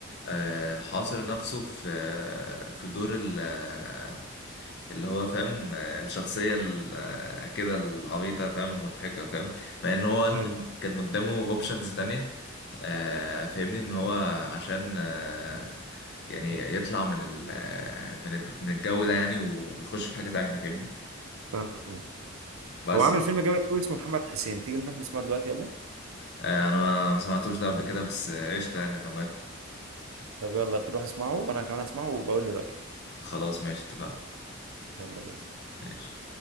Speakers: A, on the left (about 55°); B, on the right (about 85°).
A: آه، حاصر نفسه في آه، في دور ال- آه، اللي هو فاهم آه، الشخصية ال- آه، كده العبيطة فاهم المضحكة فاهم مع ان هو
B: ايوه
A: مم. كان قدامه اوبشنز تانية آه، فاهمني ان هو عشان آه، يعني يطلع من ال آه، من الج- من الجو ده يعني ويخش في حاجة تانية فاهمني
B: فاهم
A: بس
B: هو عامل فيلم جامد قوي اسمه محمد حسين تيجي نروح نسمعه دلوقتي يلا
A: آه، انا ما ما سمعتوش ده قبل كده بس آه، قشطة يعني انا موافق
B: طب يلا تروح اسمعه وانا كمان هسمعه وبقول لي رأيي
A: خلاص ماشي اتفقنا
B: يلا بينا
A: ماشي